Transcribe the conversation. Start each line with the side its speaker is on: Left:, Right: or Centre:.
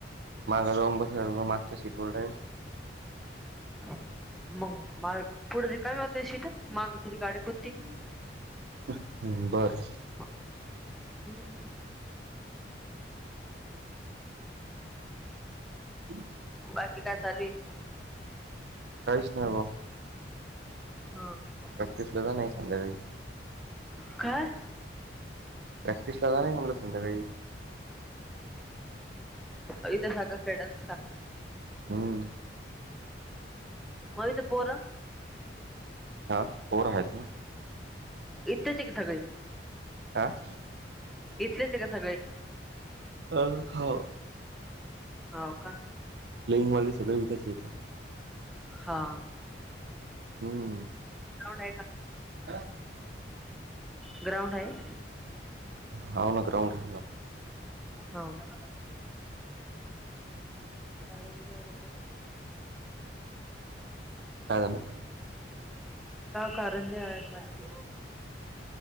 Right: माग जाऊन बसायच म मागच्या सीट होल्डयन.
Centre: ह <inaudible> मग मा पुढे रिकामी होत सीट. माग किती गाडी कुदती.
Right: ह्, बरं.
Centre: हम्, <inaudible>
Right: हम् <inaudible>
Centre: बाकी काय चालूये?
Right: काहीच नाही बा.
Centre: ह.
Right: प्रॅक्टिसले जानार य संध्याकाळी.
Centre: काय?
Right: प्रॅक्टिसला जानार य म्हटलं संध्याकाळी.
Centre: अव इथ साखर ट्रेडर्ससस टाक
Right: हम्म
Centre: म इथ पोरं.
Right: हा, पोर आहेत ना.
Centre: इथेलेच का सगळे?
Right: आ
Centre: इथलेचे का सगळे?
Right: अ हो.
Centre: हाव का?
Right: प्लेइंग हॉल ते सगळे इथेच येतात.
Centre: हा
Right: हम्म
Centre: <unintelligible>
Right: काय?
Centre: ग्राउंड हाये?
Right: हाव ना. ग्राउंड हाय ना.
Centre: हाव का? <inaudible> गाव
Right: काय झालं
Centre: कारंजे हायत वाटती.